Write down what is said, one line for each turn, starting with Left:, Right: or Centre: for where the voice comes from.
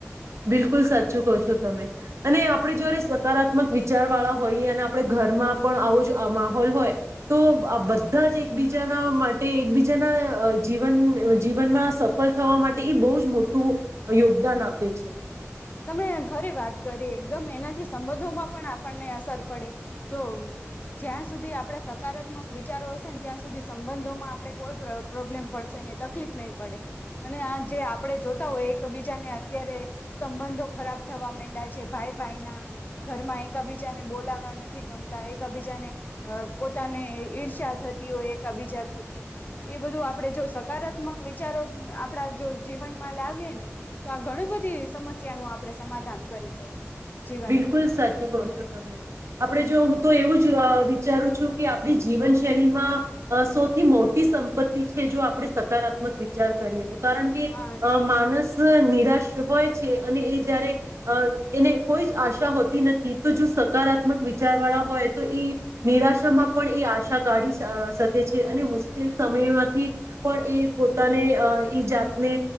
Right: બિલકુલ સાચું કહો છો તમે અને આપડે જયારે સ કારાત્મક વિચાર વાળા હોઈએ અને આપણે ઘરમાં પણ આવો જ અ માહોલ હોય તો આ બધા જ એકબીજાના માટે એકબીજાના જીવન જીવનમાં સફળ થવા માટે એ બહુ જ મોટું યોગદાન આપે છે.
Left: તમે ખરી વાત કરી એકદમ એનાથી સંબંધોમાં પણ આપણને અસર પડે જો જ્યાં સુધી આપણે સકારાત્મક વિચારો હશેને ત્યાં સુધી સંબંધોમાં આપણે કોઈ પ્ર પ્રોબ્લેમ પડશે નહી તકલીફ નહી પડે અને આ જે આપડે જોતા હોય એકબીજાને અત્યારે સંબંધો ખરાબ થવા માંડ્યા છે ભાઈ ભાઈના ઘરમાં એકાબીજાને બોલાવા નથી ગમતા એકાબીજાને પોતાને ઈર્ષા થતી હોય એકબીજા થકી એ બધું આપણે જો સકારાત્મક વિચારો આપડા જો જીવનમાં લાવીએ ને તો આ ઘણી બધી સમસ્યા નું આપણે સમાધાન કરી શકીએ જીવનમાં
Right: બિલકુલ સાચું કહો છો તમે આપડે જો હું તો એવું જ વિચારું છું કે આપણી જીવનશૈલીમાં સૌથી મોટી સંપત્તિ છે જો આપણે સકારાત્મક વિચાર કરીએ કારણ કે
Left: હા
Right: અહ માણસ નિરાશ હોય છે અને એ જયારે અ એને કોઈ જ આશા હોતી નથી તો જો સકારાત્મક વિચાર વાળા હોય તો એ નિરાશામાં પણ એ આશા કાઢીઅહ શકે છે અને મુશ કેલ સમય માંથી પણ એ પોતાને અહ એ જાત અને